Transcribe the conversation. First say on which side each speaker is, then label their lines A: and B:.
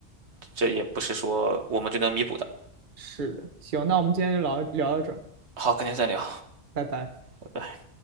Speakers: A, on the right; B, on the right.
A: 这也不是说我们就能弥补的。
B: 是的。行，那我们今天就聊聊到这儿
A: 好，改天再聊，
B: 拜拜。
A: 拜拜。